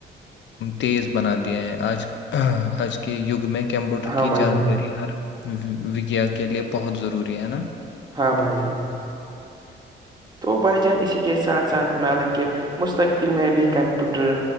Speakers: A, on the left; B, on the right.
A: تیز بنا دیا ہیں آج آج کے یگ میں کمپیوٹر
B: ہاں
A: کی
B: بھائی
A: جانکاری
B: جان
A: ہر وگیا کے لیے بہت ضروری ہے نا
B: ہاں بھائی جان
A: ج
B: تو بھائی جان اسی کے ساتھ ساتھ میں الالکہ مستقبل میں بھی کمپیوٹر